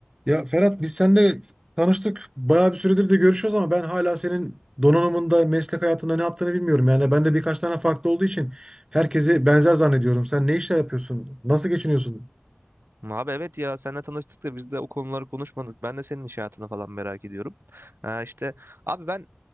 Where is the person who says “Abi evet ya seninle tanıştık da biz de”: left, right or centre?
Right